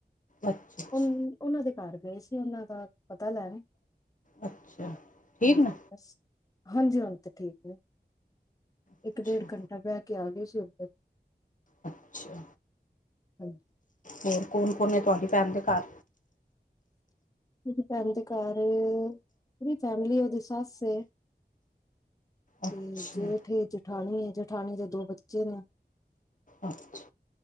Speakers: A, on the left; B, on the left.
A: ਅੱਛਾ! ਅੱਛਾ
B: ਉਨ ਉਨਾਂ ਦੇ ਘਰ ਗਏ ਸੀ ਉਨਾਂ ਦਾ ਪਤਾ ਲੈਣ।
A: ਅੱਛਾ! ਠੀਕ
B: ਹਾਂਜੀ
A: ਨਾ
B: ਬਸ ਹਾਂਜੀ ਹੁਣ 'ਤੇ ਠੀਕ ਨੇ,
A: ਅੱਛਾ
B: ਇੱਕ-ਡੇਢ ਘੰਟਾ ਬੈ ਕੇ ਆਗੇ ਸੀ ਉਧਰ,
A: ਅੱਛਾ
B: ਹਾਂਜੀ।
A: ਹੋਰ ਕੌਣ- ਕੌਣ ਐ ਤੁਆਡੀ ਭੈਣ ਦੇ ਘਾਰ?
B: ਮੇਰੀ ਭੈਣ ਦੇ ਘਰ ਪੂਰੀ ਫੈਮਲੀ ਓਦੀ ਸੱਸ ਏ।
A: ਅੱਛਾ
B: ਤੇ ਜੇਠ ਏ-ਜਠਾਣੀ ਏ, ਜਠਾਣੀ ਦੇ ਦੋ ਬੱਚੇ ਨੇ।
A: ਅੱਛਾ।